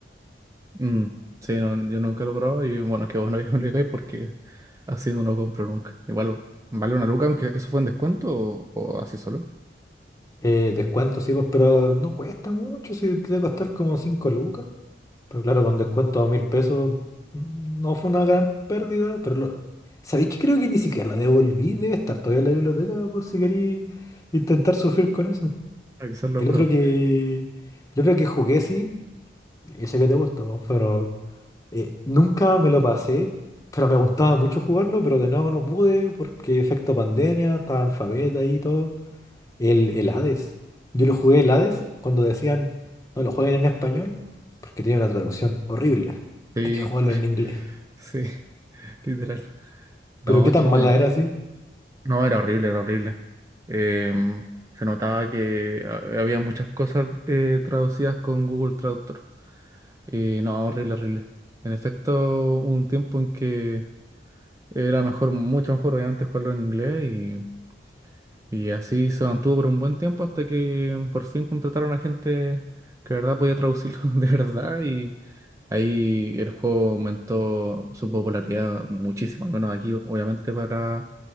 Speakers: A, on the right (about 20°); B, on the left (about 20°).
A: Mm, sí, no, yo nunca lo he probado y bueno, es que vos no <laughs> me digáis porque así no lo compro nunca. Igual vale una luca, aunque eso fue en descuento o, o así solo.
B: Eh, descuento, sí, pues, pero no cuesta mucho, sí, debe costar como 5 lucas. Pero claro, con descuento a mil pesos mm, no fue una gran pérdida, pero lo... ¿Sabéis que creo que ni siquiera la devolví? Debe estar todavía en la biblioteca por si queréis intentar sufrir con eso.
A: Ah, quizás lo
B: El
A: pruebo.
B: otro que, el otro que jugué, sí, yo sé que te gustó, pero eh, nunca me lo pasé, pero me gustaba mucho jugarlo, pero de nuevo no pude porque efecto pandemia, estaba en faveta y todo. El, el Hades. Yo lo jugué el Hades cuando decían, no lo jueguen en español, porque tiene una traducción horrible.
A: Sí,
B: Hay que jugarlo
A: <laughs>
B: en inglés.
A: sí, literal. No,
B: Pero qué tan
A: qué buen.
B: mala era, sí.
A: No, era horrible, era horrible. Em, se notaba que ha- había muchas cosas eh, traducidas con Google Traductor. Y no, horrible, horrible. En efecto, hubo un tiempo en que era mejor, mucho mejor, obviamente, jugarlo en inglés y, y así se mantuvo por un buen tiempo hasta que por fin contrataron a gente que de verdad podía traducirlo <laughs> de verdad y ahí el juego aumentó su popularidad muchísimo, al menos aquí, obviamente, para